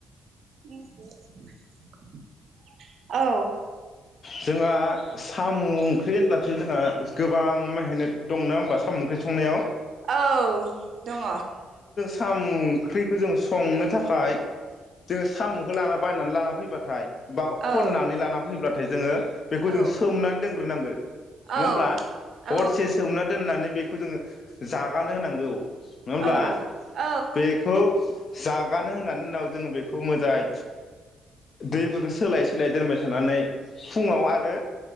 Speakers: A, on the right; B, on the left.
A: उम हम औ ।
B: जोंहा सामु ओंख्रि होनब्लाथाय जोंहा गोबां मेहनत दंना होमबा साम' ओंख्रि संनायाव?
A: औ दङ'।
B: सामु ओंख्रिखौ जों संनो थाखाय जोङो सामु खौ लाना बायनानै लाना फैबाथाय बाव खननानै
A: औ
B: लाना होब्लाथाय जोङो बेखौ जों
A: औ
B: सोमनान दोंग्रोनांगो
A: औ
B: नङा होमब्ला
A: औ
B: हरसे सोमना दोन्नानै बेखौ जोङो जागानो होनांगौ नङा होमब्ला
A: औ औ
B: बेखौ जागानो होनानि उनाव जोङो बेखौ मोजाय दैफोरखौ सोलाय सोलाय दोनबाय थानानै फुंङाव आरो